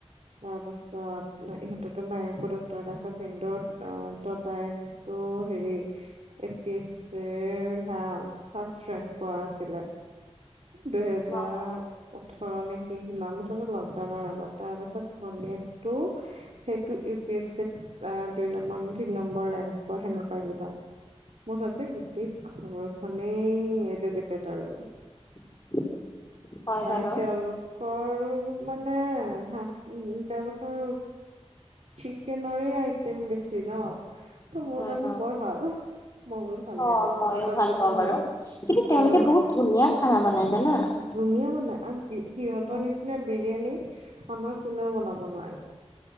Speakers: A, on the right; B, on the left.
A: তাৰপাছত ইহঁতক বায়েকো ডক্টৰ তাৰপিছত ভিন্দুৰ দাদায়েকটো হেৰি এ পি এছ চিৰ হা, ফাষ্ট ৰেংক পোৱা আছিলে। দুহেজাৰ
B: অ', অ',
A: ওঠৰ নে কি, সিমা মুঠতে লকডাউনৰ আগত। তাৰপাছত ভনীয়েকটো সেইটো ইউ পি এছ চিত আ, দুই নম্বৰ, তিনি নম্বৰ ৰেংক সেনেকুৱা কিবা। মুঠতে গোটেই ঘৰখনেই এডুকেটেড আৰু।
B: <inaudible>
A: আৰু
B: বাৰু।
A: তেওঁলোকৰো মানে হা, উ, তেওঁলোকৰ চিকেনৰৰে আইটেম বেছি ন'। টো মোৰ
B: উম,
A: মানুহ
B: উম,
A: বৰ ভাল। মই বুলো ভাল
B: অ',
A: দেই,
B: মইয়ো
A: মাটন
B: ভাল
A: চটন
B: পাওঁ বাৰু।
A: নাই,
B: কিন্তু
A: ময়ো
B: তেওঁলোকে
A: ভাল
B: বহুত
A: পাওঁ।
B: ধুনীয়া খানা বনাই জানা।
A: ধুনীয়া বনাই আৰু সিহঁতৰ
B: উম,
A: নিচিনা বিৰিয়ানী আমাৰ কোনেও বনাব নোৱাৰে।